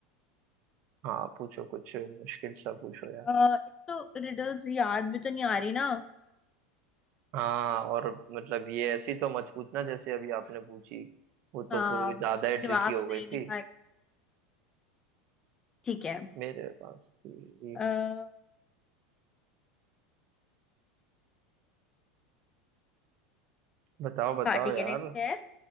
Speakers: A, on the right; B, on the left.
A: हाँ पूछो कुछ मुश्किल सा पूछो यार
B: अ, एक तो रिडल्स याद भी तो नहीं आ रही ना
A: हाँ और मतलब ये ऐसी तो मत पूछना जैसे अभी आपने पूछी वो
B: हाँ
A: तो थोड़ी ज्यादा
B: क्योंकि
A: ही
B: जवाब
A: ट्रिकी हो
B: तो दे
A: गई थी
B: नहीं पा ठीक है
A: मेरे पास थी
B: अः
A: बताओ बताओ
B: हाँ ठीक
A: यार
B: है नेक्स्ट है